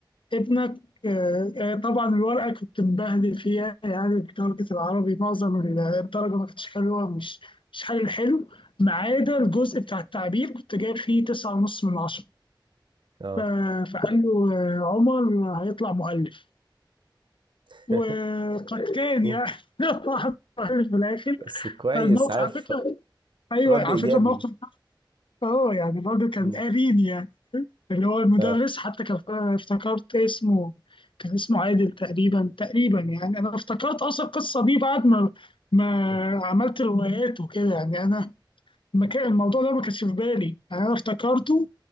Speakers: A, on the left (about 80°); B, on the right (about 70°).
A: ابنك آه، آه، طبعا الورقة كنت مبهدل فيها يعني درجة العربي معظم ال- الدرجة ما كانتش حلوة مش مش حل حلو ما عدا الجزء بتاع التعبير كنت جايب فيه تسعة ونص من عشرة
B: اه
A: ف... فقال له آه، عمر هيطلع مؤلف
B: <laughs>
A: وقد كان
B: مم.
A: يعني <laughs> طلع مؤلف في الآخر
B: بس كويس
A: فالموقف
B: عارف
A: على فكره ايوه
B: رد
A: على
B: ايجابي
A: فكره الموقف ده اه يعني الراجل كان
B: مم.
A: قارين يعني اللي هو المدرس
B: اه
A: حتى كان افتكرت اسمه كان اسمه عادل تقريبا تقريبا يعني انا افتكرت اصلا القصه دي بعد ما ما
B: مم.
A: عملت روايات وكده يعني انا ما كان الموضوع ده ما كانش في بالي يعني انا افتكرته